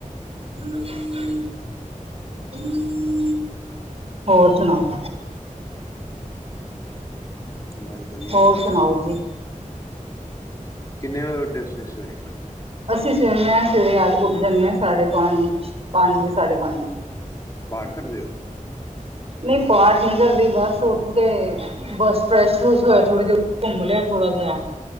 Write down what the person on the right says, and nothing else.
ਹੂ- ਹੂ ਹੋਰ ਸੁਣਾਓ?
ਹੋਰ ਸੁਣਾਓ ਜੀ?
ਅਸੀਂ ਸਵੇਰੇ, ਮੈਂ ਸਵੇਰੇ ਉੱਠ ਜਾਂਦੇ ਹਾਂ ਸਾਢੇ ਪੰਜ -ਪੰਜ ਸਾਢੇ, ਪੰਜ।
ਨਹੀਂ ਪਾਠ ਨਹੀਂ ਕਰਦੀ ਬਸ, ਉੱਠ ਕੇ ਬੱਸ। ਫਰੈਸ਼- ਫਰਸ਼ ਹੋਇਆ ਥੋੜਾ ਜਿ ਘੁੰਮਿਆ ਥੋੜਾ ਜਿਹਾ।